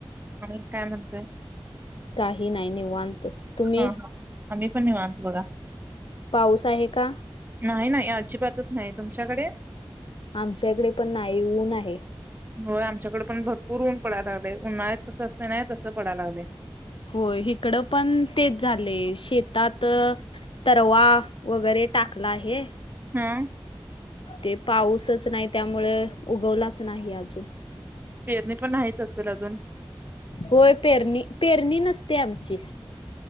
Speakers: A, on the right; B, on the left.
A: आणि काय म्हणतय
B: काही नाही निवांत तुम्ही
A: हा हा आम्ही पण नि म्हनतो बघा
B: पाऊस आहे का
A: नाही नाही अजिबातच नाही तुमच्याकडे
B: आमच्याकडे पण नाही ऊन आहे....
A: होय आमच्याकडे पण भरपूर ऊन पडाय लागले उन्हाळत कसं असत ना तसं पडाय लागले.
B: होय हिकडं पण तेच झालंय शेतात.. रवा वगैरे टाकला आहे.
A: हम्म.
B: ते पाऊसच नाही त्यामुळे उगवलाच नाही अजून.
A: पेरणी पण नाहीच असेल अजून
B: होय पेरणी पेरणी नसते आमची.